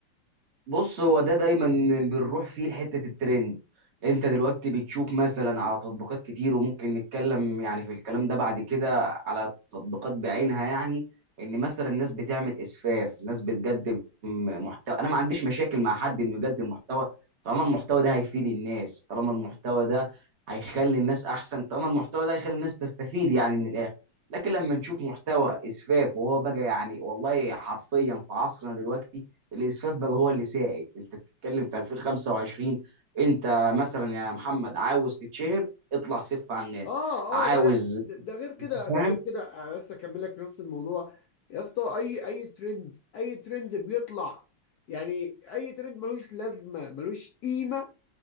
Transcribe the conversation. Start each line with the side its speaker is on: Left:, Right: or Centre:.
Right: بص هو ده دايما بنروح فيه لحته الترند انت دلوقتي بتشوف مثلا على تطبيقات كتير وممكن نتكلم يعني في الكلام ده بعد كده على تطبيقات بعينها يعني ان مثلا الناس بتعمل اسفاف ناس بتقدم محتوى انا ما عنديش مشاكل مع حد انه يقدم محتوى طالما المحتوى ده هيفيد الناس طالما المحتوى ده هيخلي الناس احسن طالما المحتوى ده هيخلي الناس تستفيد يعني من الاخر لكن لما نشوف محتوى اسفاف وهو بقى يعني والله حرفيا في عصرنا دلوقتي الاسفاف بقى هو اللي سائد انت بتتكلم في 2025 انت مثلا يا محمد عاوز تتشهر اطلع سف على الناس
Left: اه
Right: عاوز
Left: اه لا لا ده ده غير كده
Right: فاهم؟
Left: ده غير كده انا بس اكمل لك في نفس الموضوع يا اسطى اي اي ترند اي ترند بيطلع يعني اي ترند ملوش لازمه ملوش قيمه